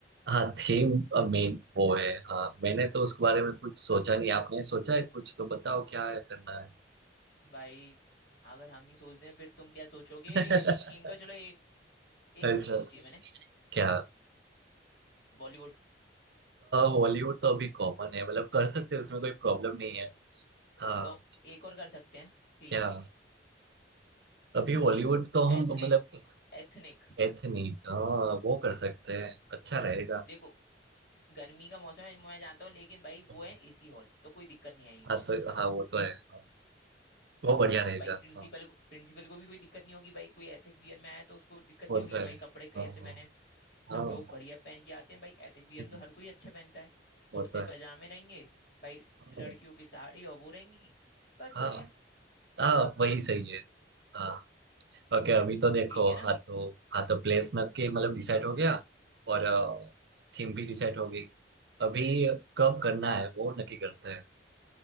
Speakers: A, on the right; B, on the left.
A: हाँ थीम मेन वो है हाँ मैंने तो उसके बारे में कुछ सोचा नहीं आपने सोचा है कुछ तो बताओ क्या है करना है
B: भाई अगर हम ही सोच दें फिर तुम क्या सोचोगे
A: <laughs>
B: थीम का चलो एक एक
A: अच्छा
B: चीज सोची है मैंने
A: क्या
B: बॉलीवुड
A: हॉलीवुड तो अभी कॉमन है मतलब कर सकते हैं उसमें कोई प्रॉब्लम नहीं है हाँ
B: तो एक और कर सकते हैं ठीक
A: क्या
B: है
A: अभी हॉलीवुड तो हम
B: Ethnic
A: मतलब
B: ethnic
A: एथनिक हाँ वो कर सकते हैं अच्छा रहेगा
B: देखो गर्मी का मौसम है मैं जानता हूँ लेकिन भाई
A: हाँ
B: वो है एसी हॉल तो कोई दिक्कत नहीं आएगी
A: हाँ,
B: किसी
A: तो
B: को
A: हाँ वो तो है हाँ, वो
B: और
A: बढ़िया रहेगा
B: भाई प्रिंसिपल
A: हाँ
B: को प्रिंसिपल को भी कोई दिक्कत नहीं होगी भाई कोई एथिक वियर में आया तो उसको दिक्कत
A: वो
B: नहीं होगी
A: तो है
B: भाई कपड़े कैसे
A: हाँ
B: पहने
A: हाँ
B: हैं।
A: हाँ
B: सब लोग बढ़िया पहन के आते हैं भाई एथिक वियर
A: हम्म,
B: तो हर कोई अच्छा पहनता है कुर्ते
A: वो तो है
B: पजामे रहेंगे भाई
A: हाँ
B: लड़कियों की साड़ी और वो रहेंगी बस
A: हाँ
B: बढ़िया
A: हाँ, वही सही है हाँ ओके अभी तो देखो
B: ठीक है ना
A: हाँ तो हाँ तो प्लेस में के
B: हम्म
A: मतलब डिसाइड हो गया और थीम भी डिसाइड हो गई अभी
B: हम्म।
A: कब करना है वो नक्की करते हैं